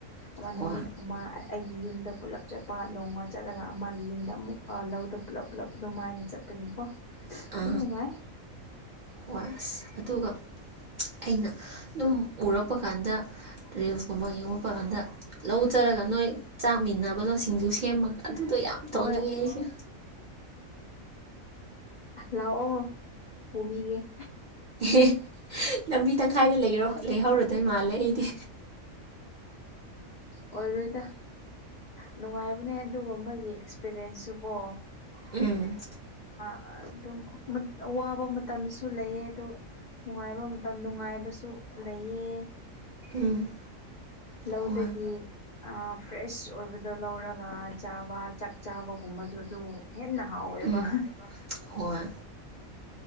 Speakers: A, on the left; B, on the right.
A: ꯑꯃ
B: ꯍꯣꯏ
A: ꯅꯨꯃꯤꯠ ꯑꯃ ꯑꯩꯒꯤ ꯌꯨꯝꯗ ꯄꯨꯂꯞ ꯆꯠꯄ ꯅꯣꯡꯃ ꯆꯠꯂꯒ ꯑꯃꯒꯤ ꯌꯨꯝꯗ ꯑꯃꯨꯛ ꯂꯧꯗ ꯄꯨꯂꯞ ꯄꯨꯂꯞ ꯑꯗꯨꯃꯥꯏꯅ ꯆꯠꯄꯒꯤꯀꯣ
B: ꯑ
A: ꯑꯗꯨꯝ ꯅꯨꯡꯉꯥꯏ
B: ꯍꯣꯏ ꯑꯁ ꯑꯗꯨꯒ ꯑꯩꯅ ꯑꯗꯨꯝ ꯎꯔꯛꯄ ꯀꯥꯟꯗ ꯔꯤꯜꯁꯀꯨꯝꯕ ꯌꯦꯡꯉꯣꯛꯄ ꯀꯥꯟꯗ ꯂꯧꯖꯔꯒ ꯅꯣꯏ ꯆꯥꯛꯃꯤꯟꯅꯕ ꯂꯧꯣꯁꯤꯡꯁꯨ ꯁꯦꯝꯃꯒ ꯑꯗꯨꯗꯣ ꯌꯥꯝ ꯇꯧꯅꯤꯡꯉꯦ
A: ꯍꯣꯏ
B: ꯑꯩꯁꯦ
A: ꯂꯥꯛꯑꯣ ꯄꯨꯕꯤꯒꯦ
B: ꯑꯦ ꯂꯝꯕꯤ ꯇꯪꯈꯥꯏꯗ ꯂꯩꯔꯣ ꯂꯩꯍꯣ ꯑꯗꯨꯗ ꯃꯥꯂ ꯍꯗꯤ
A: ꯑꯣꯏꯔꯣꯏꯗ ꯅꯨꯡꯉꯥꯏꯕꯅꯦ ꯑꯗꯨꯒꯨꯝꯕꯒꯤ ꯑꯦꯛꯁꯄꯤꯔꯤꯌꯦꯟꯁꯁꯨ ꯀꯣ
B: ꯎꯝ
A: ꯑꯗꯨꯝ ꯋꯥꯕ ꯃꯇꯝꯁꯨ ꯂꯩꯑ ꯑꯗ ꯅꯨꯡꯉꯥꯏꯕ ꯃꯇꯝ ꯅꯨꯡꯉꯥꯏꯕꯁꯨ ꯂꯩꯌꯦ
B: ꯎꯝ
A: ꯂꯧꯗꯒꯤ
B: ꯍꯣꯏ
A: ꯐ꯭ꯔꯦꯁ ꯑꯣꯏꯕꯗꯣ ꯂꯧꯔꯒ ꯆꯥꯕ ꯆꯥꯛ ꯆꯥꯕꯒꯨꯝꯕꯁꯨ ꯑꯗꯨ ꯍꯦꯟꯅ ꯍꯥꯎꯋꯦꯕ
B: ꯎꯝ ꯍꯣꯏ